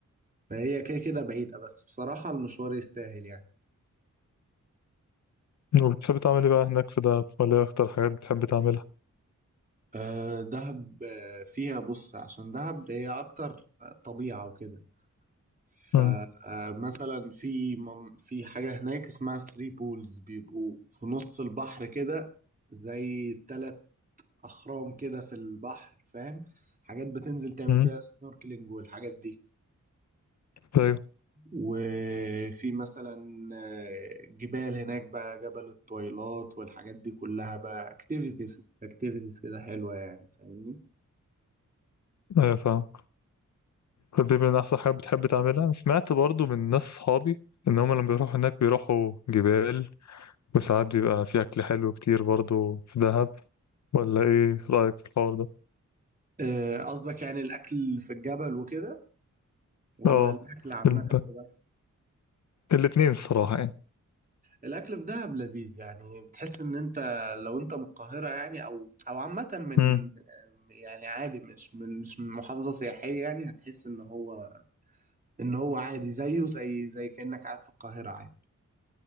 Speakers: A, on the right; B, on the left.
A: فهي كده كده بعيدة بس بصراحة المشوار يستاهل يعني
B: وبتحب تعمل إيه بقى هناك في دهب ولا إيه أكتر حاجات بتحب تعملها؟
A: أه دهب آه، فيها بص عشان دهب هي أكتر آه، طبيعة وكده فمثلا
B: مم.
A: في من- في حاجة هناك اسمها ثري بولز بيبقوا في نص البحر كده زي تلات اخرام كده في البحر فاهم حاجات بتنزل تعمل
B: مم.
A: فيها سنوركلينج والحاجات دي
B: أيوه
A: وفي مثلا آه، جبال هناك بقى جبل الطويلات والحاجات دي كلها بقى اكتيفيتيز اكتيفيتيز كده حلوة يعني فاهمني
B: أيوه فاهم فدي من أحسن حاجات بتحب تعملها أنا سمعت برضو من ناس صحابي إن هما لما بيروحوا هناك بيروحوا جبال وساعات بيبقى في أكل حلو كتير برضو في دهب ولا إيه رأيك في الحوار ده؟
A: آه، قصدك يعني الاكل في الجبل وكده ولا
B: اه
A: الاكل عامة
B: الب-
A: في دهب
B: الاتنين الصراحة يعني
A: الاكل في دهب لذيذ يعني بتحس ان انت لو انت من القاهرة يعني او او عامة من
B: مم.
A: يعني عادي مش من مش من محافظة سياحية يعني هتحس ان هو ان هو عادي زيه زي زي كأنك قاعد في القاهرة عادي